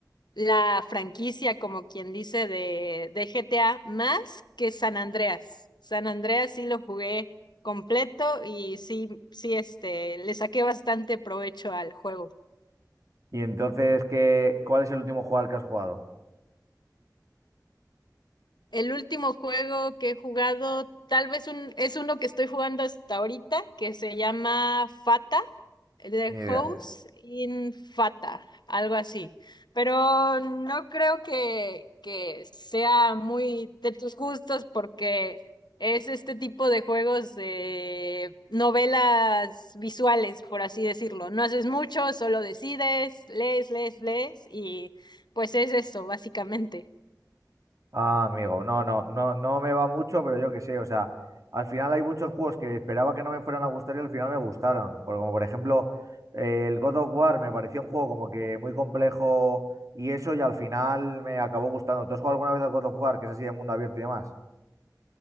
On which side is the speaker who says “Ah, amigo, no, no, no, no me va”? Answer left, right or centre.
Right